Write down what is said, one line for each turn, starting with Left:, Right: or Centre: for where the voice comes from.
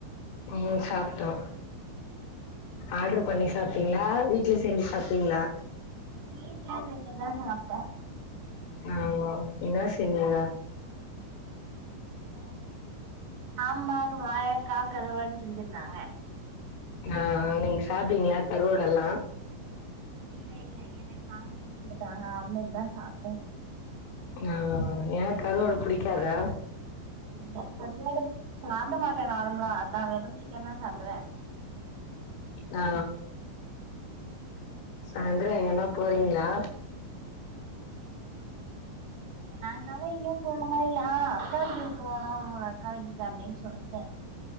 Left: ம் சாப்டோ ஆர்டர் பண்ணி சாப்டீங்ளா வீட்லயே செஞ்சி சாப்டீங்ளா
Right: வீட்ல செஞ்சி தா சாப்டோ
Left: ஆ ஓ என்னா செஞ்சீங்க
Right: இங்க சாம்பாரு வாழக்கா கருவாடு செஞ்சிருதாங்க
Left: ஆ நீங்க சாப்டீங்ளா கருவோடெல்லா
Right: இல்ல இல்ல எனக்கு ஆம்லேட் போடாங்க ஆம்மேட் தா சாப்டே
Left: ஆ ஏயா கருவோடு புடிக்காதா
Right: இந்த கர்வாடு சாப்ட மாட்டே நார்மலா அதா வெறு சிக்கன் தா சாப்டுவே
Left: ஆ சாயிந்திரோ எங்கனா போறீங்ளா
Right: ம் சாயிங்காலோ எங்கயோ போனு மாரில்ல ஆ அக்கா வீட்டுக் போனு அக்கா வீட்டுக்கு அப்டின் சொல்டே